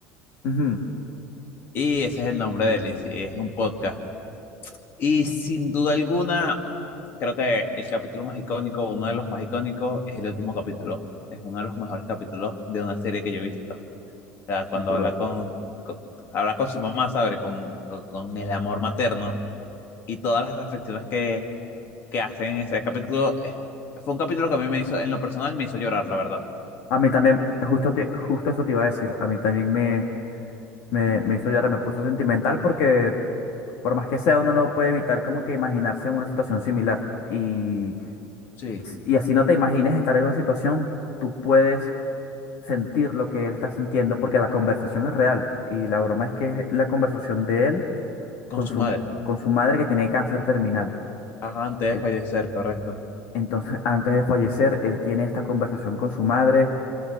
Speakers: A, on the left; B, on the left.
A: Ujú,
B: Y ese es el nombre de él, y sí, es un podcast. Y sin duda alguna, creo que el capítulo más icónico, uno de los más icónicos, es el último capítulo. Es uno de los mejores capítulos de una serie que yo he visto. O sea, cuando
A: sin duda.
B: habla con, con- habla con su mamá, ¿sabe? Con, con, con el amor materno y todas las reflexiones que, que hacen en ese capítulo. eh, Fue un capítulo que a mí me hizo, en lo personal, me hizo llorar, la verdad.
A: A mí también, justo, te- justo eso te iba a decir, a mí también me, me, me hizo llorar, me puso sentimental porque... Por más que sea, uno no puede evitar como que imaginarse en una situación similar. Y,
B: Sí,
A: y así no te imagines estar en una situación, tú puedes sentir lo que él está sintiendo porque la conversación es real. Y la broma es que es la conversación de él
B: con
A: con
B: su
A: su,
B: madre.
A: con su madre que tiene cáncer terminal.
B: Ajá, antes de
A: En-
B: fallecer, correcto.
A: Entonces, antes de fallecer, él tiene esta conversación con su madre